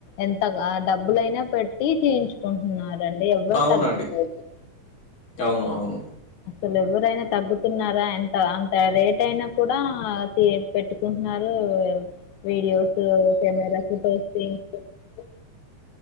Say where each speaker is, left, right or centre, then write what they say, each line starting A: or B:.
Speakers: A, on the left; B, on the left.
A: ఎంత డబ్బులైనా పెట్టి తియించుకో మరేం అండి ఎవరు
B: అవునండి.
A: తగట్లేదు
B: అవును. అవును.
A: అసలు ఎవరైనా తగ్గుతున్నారా ఎంత అంత రేటయినా కూడా థియి పెట్టుకుంటున్నారు వో యామ్మ కెమెరా ఫొటోస్ తిన్చుకుంటున్నారు